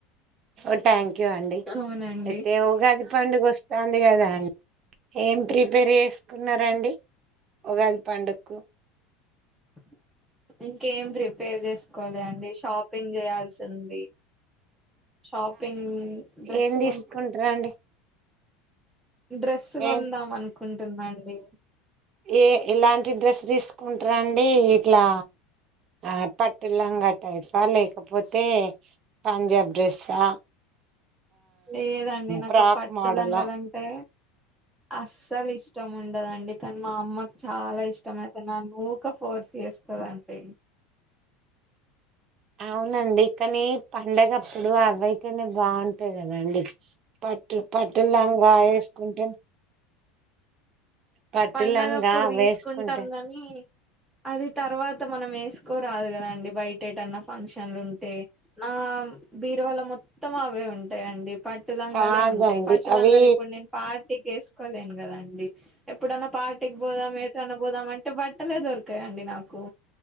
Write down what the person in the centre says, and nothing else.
అవునండి
<inaudible> ఇంకేం ప్రిపేర్ చేసుకోలే అండి షాపింగ్ చేయాల్సింది షాపింగ్ డ్రెస్
కొనుకో డ్రెస్ కొందాం
అను కుంటున్నాండి
లేదండి నాకు
పట్టు
లంగలు అంటే అస్సలు ఇష్టం ఉండదండి కానీ మా అమ్మకి చాలా ఇష్టం అయితే నన్ను ఊకె ఫోర్స్ చేస్తదండి
పండగ
అప్పుడు తీసుకుంటాం
కాని అది తర్వాత మనం వేసుకోరాదు కదండి బయట ఎటన్నా ఫంక్షన్లు ఉంటే నా బీరువాళ మొత్తం అవే ఉంటాయిండి పట్టులంగలే
ఉంటాయి పట్టులంగలు
ఇప్పుడు నేను పా ఇగ ఏసుకోలేను కదా అండి డి ఎప్పుడన్నా పార్టీకి పోదాం ఎట్ ఎటన్నా పోదామంటే బట్టలే దొర్కై అండి ఉంది నాకు